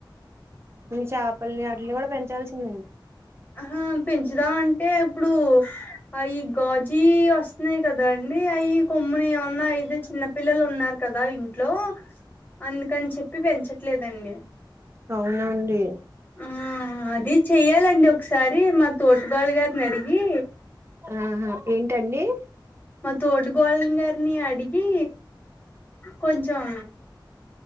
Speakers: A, on the right; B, on the left.
A: ఉ చపల్ని అట్లా కూడా పెంచాల్సిందండి
B: ఆహ పెంచుదాం అంటే ఇప్పుడు ఆ ఈ గాజీ వస్త ఉన్నాయి కదా అండి అయి కొమ్మ ఏమన్నా ఐతే చిన్న పిల్లలు ఉన్నారు కదా ఇంట్లో అందుకని చెప్పి పెంచ లేదండి
A: అవునండి
B: ఆ అది చెయ్యాలండి ఒకసారి మా తోటికోడలి గారిని అడిగి
A: ఆహా ఏంటండి
B: మా తోటికోడలి గారిని అడిగి కొంచెం